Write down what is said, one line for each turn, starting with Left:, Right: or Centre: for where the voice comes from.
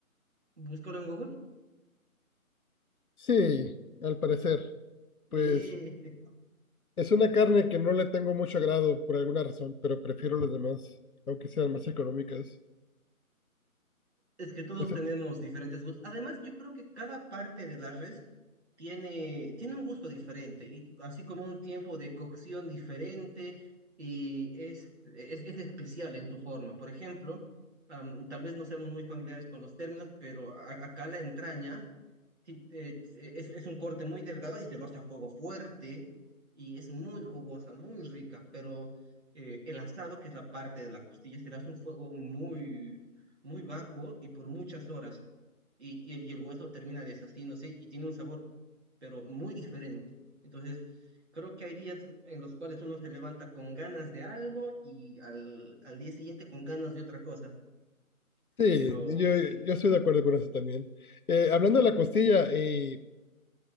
Right: Búscalo en Google.
Left: Sí, al parecer.
Right: Eh,
Left: Pues es una carne que no le tengo mucho agrado por alguna razón, pero prefiero los demás, aunque sean más económicas.
Right: Es que todos
Left: Usted-
Right: tenemos diferentes gustos. Además, yo creo que cada parte de la res tiene, tiene un gusto diferente, y así como un tiempo de cocción diferente, y es, es, es especial en su forma. Por ejemplo, am, tal vez no seamos muy familiares con los términos, pero a- acá la entraña ti- eh, es, es un corte muy delgado y se lo hace a fuego fuerte y es muy jugosa, muy rica, pero eh, el asado, que es la parte de la costilla, se le hace un fuego muy, muy bajo y por muchas horas y, y- y el hueso termina deshaciéndose y tiene un sabor, pero muy diferente. Entonces, creo que hay días en los cuales uno se levanta con ganas de algo y al, al día siguiente con ganas de otra cosa,
Left: sí,
Right: pero
Left: yo,
Right: sí.
Left: yo estoy de acuerdo con eso también. Eh, hablando de la costilla, eh,